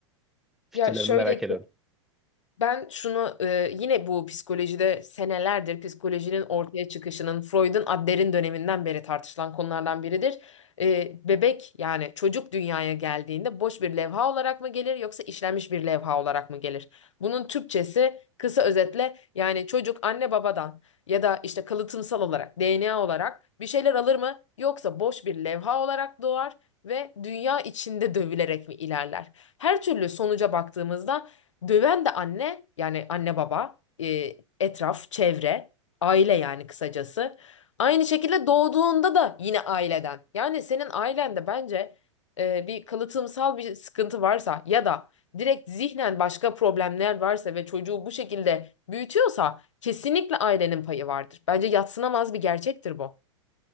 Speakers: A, in the centre; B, on the left.
A: Fikirlerini
B: Ya şöyle
A: merak ediyorum.
B: Ben şunu e, yine bu psikolojide senelerdir psikolojinin ortaya çıkışının Freud'un Adler'in döneminden beri tartışılan konulardan biridir. E, bebek yani çocuk dünyaya geldiğinde boş bir levha olarak mı gelir yoksa işlenmiş bir levha olarak mı gelir? Bunun Türkçesi kısa özetle yani çocuk anne babadan ya da işte kalıtımsal olarak DNA olarak bir şeyler alır mı yoksa boş bir levha olarak doğar ve dünya içinde dövülerek mi ilerler? Her türlü sonuca baktığımızda Döven de anne yani anne baba, e, etraf, çevre, aile yani kısacası. Aynı şekilde doğduğunda da yine aileden. Yani senin ailende bence e, bir kalıtımsal bir sıkıntı varsa ya da direkt zihnen başka problemler varsa ve çocuğu bu şekilde büyütüyorsa kesinlikle ailenin payı vardır. Bence yadsınamaz bir gerçektir bu.